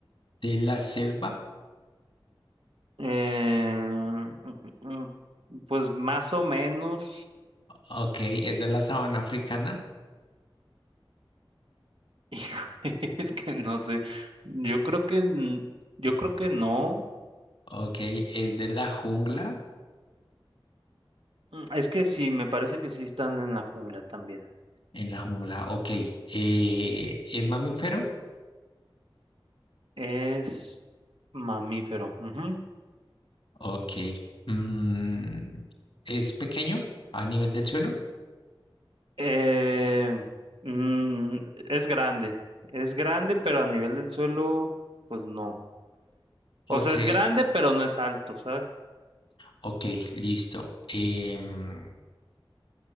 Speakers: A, on the left; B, on the right.
A: de la selva,
B: Em, mm, mm, mm, Pues más o menos.
A: ok, es de la sabana africana,
B: Híjole, <laughs> es que no sé. Yo creo que, n- yo creo que no.
A: ok, es de la jungla,
B: Mm, Es que sí, me parece que sí están en la jungla también.
A: en la jungla, ok, eh, es mamífero,
B: Es mamífero. ujú.
A: ok, mm, es pequeño a nivel del suelo,
B: Eh, mm, es grande. Es grande, pero a nivel del suelo, pues no. O
A: ok,
B: sea, es grande, pero no es alto, ¿sabes?
A: ok, listo, em,